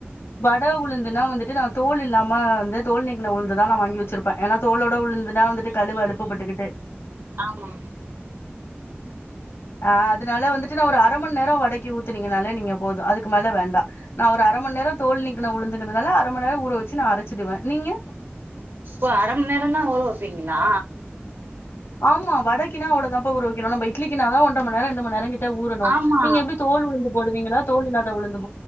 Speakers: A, on the left; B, on the right.
A: வட உளுந்துனா வந்துட்டு ந தோல் இல்லாம வந்து தோல் நீக்குனா உழுந்து தா நா வாங்கி வச்சிருப்பே ஏன்னா தோளோட உளுந்துனா வந்துட்டு கழுவ அலுப்பு பட்டுகிட்டு
B: ஆமா
A: ஆ அதனால வந்துட்டு நா ஒரு அர மண் நேரோ வடக்கி ஊத்தனீங்கனாலே நீங்க போது அதுக்கு மேல வேண்டா நா ஒரு அர மண் நேரோ தோல் நீக்கின உழுந்துங்கறனால அர மண் நேரோ ஊற வச்சு நா அரைச்சிடுவே நீங்க
B: ஓ அர மண் நேரோ தா ஊறவப்பீங்களா
A: ஆமா வடக்கின்னா அவ்ளோ தா பா ஊறவக்கனோ நம் இட்லிக்கினதா ஒன்ர மண் நேரோ ரெண்டு மண் நேரோ கிட் ட ஊறணு
B: ஆமா
A: நீங்க எப்டி தோல் உழுந்து போடுவீங்களா தோல் இல்லாத உழுந்து